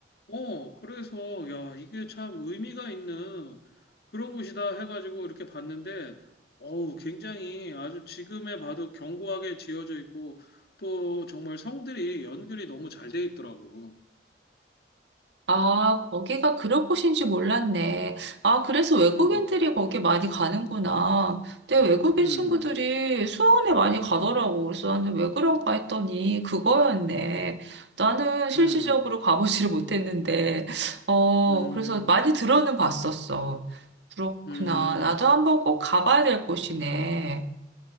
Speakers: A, on the left; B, on the right.
A: 어, 그래서, 야, 이게 참 의미가 있는 그런 곳이다 해가지고 이렇게 봤는데, 어우, 굉장히 아주 지금에 봐도 견고하게 지어져 있고, 또 정말 성들이 연결이 너무 잘 돼 있더라고.
B: 아, 거기가 그런 곳인지 몰랐네. 아, 그래서 외국인들이
A: 음,
B: 거기 많이 가는구나. 내 외국인
A: 음,
B: 친구들이 수원에 많이 가더라고. 그래서 나는 왜 그런가 했더니 그거였네. 나는 실질적으로
A: 음,
B: 가보지를 못했는데, 어,
A: 음,
B: 그래서 많이 들어는 봤었어. 그렇구나.
A: 음.
B: 나도 한번 꼭 가봐야 될 곳이네.